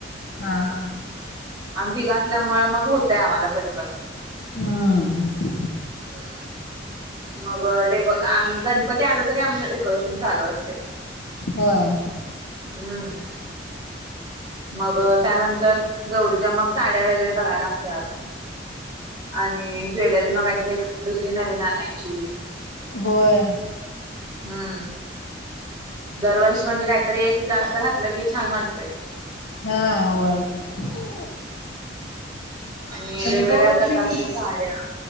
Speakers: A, on the left (about 75°); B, on the right (about 20°).
A: हा हा.
B: आम्ही तिघ असल्यामुळे मग होतय, आम्हाला पटकन.
A: हम्म
B: हम्म, मग डेको गणपती आला तरी, आमचं डेकोरेशन चालू असतय.
A: होय.
B: हम्म, मग त्यानंतर गौरीच्या मग, साड्या वगैरे बघाय लागतात. आणि ज्वेलरी मग काहीतरी दुसरी नवीन आणायची.
A: होय.
B: हम. दरवर्षी म्हणजे काहीतरी एक जास्त घातलं की छान वाटतेय.
A: हा होय, आहे की.
B: आणि वेगवेगळ्या
A: दोन
B: प्रकारच्या
A: तीन
B: साड्या.